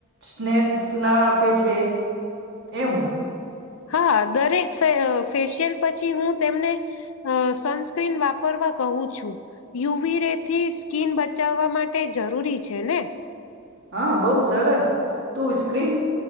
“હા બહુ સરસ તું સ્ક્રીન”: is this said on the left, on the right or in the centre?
Right